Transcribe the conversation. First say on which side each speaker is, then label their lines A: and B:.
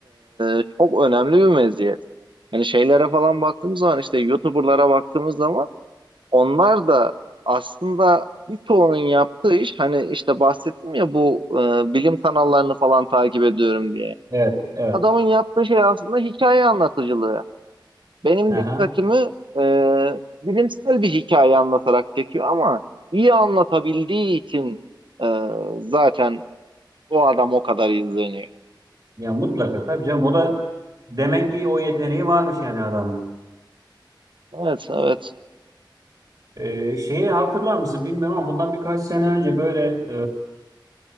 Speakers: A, on the right; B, on the right.
A: e, çok önemli bir meziyet. Hani şeylere falan baktığımız zaman işte YouTuber'lara baktığımız zaman onlar da aslında birçoğunun yaptığı iş hani işte bahsettim ya bu e, bilim kanallarını falan takip ediyorum diye.
B: Evet, evet.
A: Adamın yaptığı şey aslında hikaye anlatıcılığı. Benim
B: Aha.
A: dikkatimi e, bilimsel bir hikaye anlatarak çekiyor ama iyi anlatabildiği için e, zaten o adam o kadar izleniyor.
B: Ya mutlaka tabii canım o da demek ki o yeteneği varmış yani adamın.
A: Evet, evet.
B: Ee, şeyi hatırlar mısın bilmiyorum ama bundan birkaç sene önce böyle